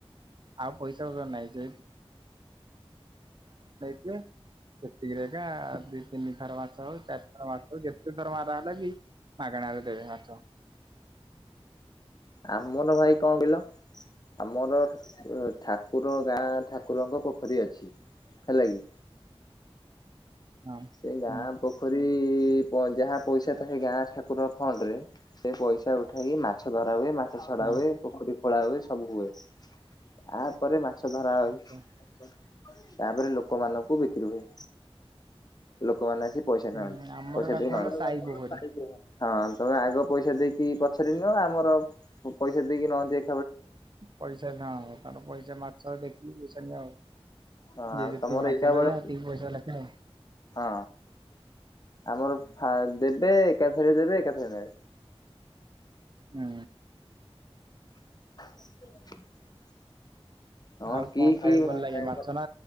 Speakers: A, on the right; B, on the left.
A: ଆଉ ପଇସା ପତର ନାଇଁ ଯେ <unintelligible> ଯିବା ସେତିକିରେ ଯା ଦି ତିନି ଥର ବା ଚାରି ଥର ମାଛ ଯେତେଥର ମାରା ହେଲେବି ମାଗାଣାରେ ଦେବେ। ମାଛ।
B: ଆମର ଭାଇ କଣ କହିଲ? ଆମର ଉଁ ଠାକୁର ଗାଁ ଠାକୁରଙ୍କ ପୋଖରୀ ଅଛି। ହେଲା କି?
A: ହଁ
B: ସେ ଗାଁ
A: ହୁଁ
B: ପୋଖରୀ ଯି <unintelligible> ଯାହା ପଇସା ଥାଏ ଗାଁ ଠାକୁର ଫଣ୍ଡରେ ସେ ପଇସା ଉଠାଇକି ମାଛ ଧରା ହୁଏ ମା ମାଛ ଛଡା
A: ହଁ
B: ହୁଏ ପୋଖରୀ ଖୋଳା ହୁଏ ସବୁ ହୁଏ। ତାପରେ ମା ମାଛ ଧରା ହୁଏ
A: ଆଚ୍ଛା
B: ତାପରେ ଲୋକମାନଙ୍କୁ ବିକ୍ରି ହୁଏ। ଲୋକମାନେ ଆସି ପଇସା ଖାଆନ୍ତି
A: ହୁଁ ଆମର
B: ପଇସା
A: ଏଟା
B: ଦେଇ
A: କଣ
B: ନାହାନ୍ତି।
A: ସାଇ ପୋଖରୀ
B: ହଁ ତମେ ଆଗ ପଇସା ଦେଇକି ପଛରେ ନିଅ ଆମର ପଇସା ଦେଇକି ନାହାନ୍ତି।
A: ପଇସା କାଁ ହବ <unintelligible> ପଇସା ମାଛ ଦେଖିକି ପଇସା ନିଅ ଆଉ।
B: ହଁ
A: ଯେ
B: ଆଉ
A: ଯେତିକି
B: ତମର
A: ମାଛ
B: ଏକା ବେଳେ
A: ନେଲା ହେତିିକି ପଇସା ଲେଖା ଆଉ।
B: ହଁ ଆମର ଫା ଦେବେ ଏକାଥରେ ଦେବେ ରେ
A: ହୁଁ।
B: <inaudible> ହଁ
A: ଆଉ
B: କି
A: କଣ ଖାଇବାକୁ
B: କି <unintelligible> ମତେ
A: ଭଲ ଲାଗେ ମାଛ ନା